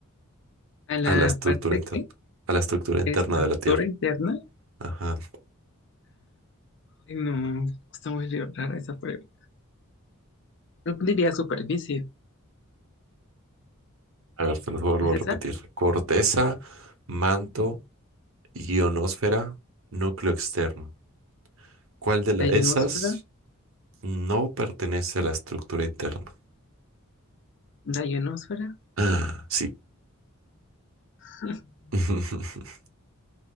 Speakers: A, on the left; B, on the right.
A: A la
B: a la estructura
A: parte
B: interna?
A: que
B: A la estructura interna
A: estructura
B: de la Tierra.
A: interna.
B: Ajá.
A: Ay, no, está muy rara esa prueba. Yo diría superficie.
B: A ver, te los vuelvo
A: ¿Es
B: a repetir.
A: esa?
B: Corteza, manto, ionosfera, núcleo externo. ¿Cuál de la-
A: La
B: esas
A: ionosfera.
B: no pertenece a la estructura interna?
A: La ionosfera.
B: Ah, sí.
A: <laughs>
B: <laughs>